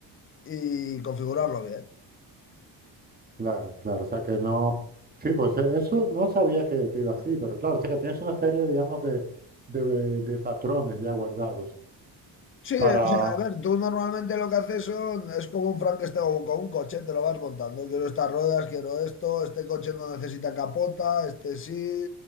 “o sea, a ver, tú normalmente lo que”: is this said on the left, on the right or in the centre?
Left